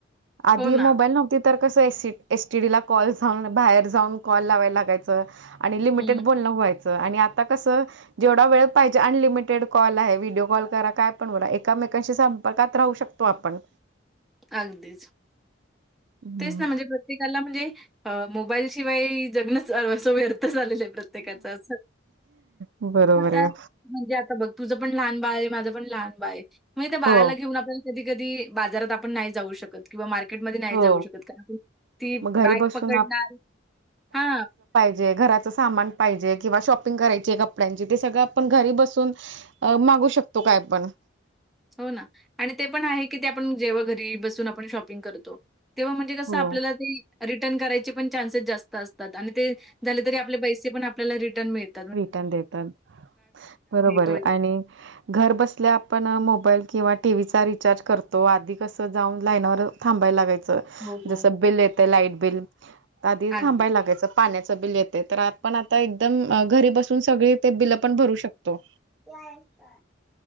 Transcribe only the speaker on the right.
आधी
मोबाईल नव्हती तर कसं एसी एसटीडी ला कॉल जाऊन बाहेर जाऊन कॉल लावायला लागायच लिमिटेड
बण व्हायचं आणि आता कस जेवढा वेळ पाहिजे अनलिमिटेड कॉल आहे व्हिडिओ कॉल करा काय पण बो एकामेकांशी संपर्कात राहू शकता तो आपण
हम्म.
बरोबर आहे
हो
हो
मग घरी
बसून
घराच सामान पाहिजे किंवा शॉपिंग करायची कपड्यांची ते सगळं आपण घरी बसून अ मागू शकतो काय आपण
हो
रिटर्न देतात बरोबर
आहे
आणि घर बसल्या आपण मोबाईल किंवा टी व्हीचा रिचार्ज करतो आधी कसं जाऊन लाईनवर थांबायला लागायचं
जसं बिल येतं लाईट बिल, आधी
थांबायला लागायचं. पाण्याचं बिल येते तर आपण आता एकदम घरी बसून सगळी ते बिल पण भरू शकतो.